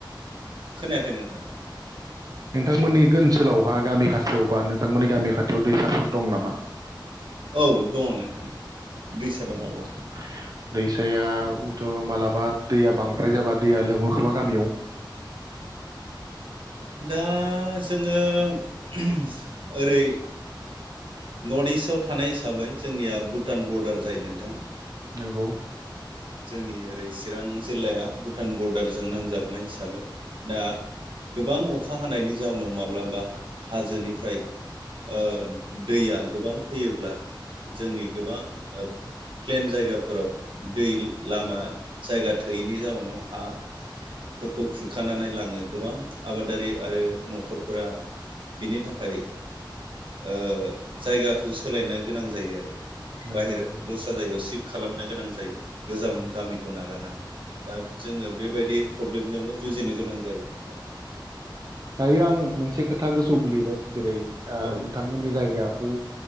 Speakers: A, on the right; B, on the right.
A: खोनायाखै नोंथां
B: नोंथांमोननि ओनसोलावहा गामि खाथियाव बा नोंथांमोननि गामि खाथियाव दैसाफोर दं नामा?
A: औ दङ नोंथां दैसा दं
B: औ औ दैसायावथ' मालाबा दैया बांद्राय जाबा दैया लोमो खोमा गामियाव
A: दा जोङो <unintelligible> ओरै- नर्थ इस्टआव थानाय हिसाबै जोंनिया भुटान बरडार जायो नोंथां।
B: नोंगौ
A: जोंनि ओरै चिरां जिल्लाया भुटान बरडारजों नांजाबनाय हिसाबै दा गोबां अखा हानायनि जाउनाव माब्लाबा हाजोनिफ्राय ओ दैया गोबां फैयोब्ला जोंनि गोबां ओ प्लेन जायगाफोराव दै लामा जायगा थोयैनि जाउनाव हा फोर खौ खुरखानानै लाङो गोबां आबादारि आरो नखरफोरा बिनि थाखाय ओ जायगाखौ सोलायनो गोनां जायो आरो।
B: नंगौ
A: बाहेरा
B: नोंथां
A: दस्रा जायगायाव सिफ्ट खालाम नो गोनां जायो। गोजाम
B: नंगौ
A: गामिखौ नागारनानै दा जोङो बेबायदि प्रब्लेमजोंबो जुजिनो गोनां जायो। <inaudible>
B: दायो आं मोनसे खोथा गोसोआव गोलैबाय जेरै- आ
A: औ
B: नोंथांमोननि जायगाखौ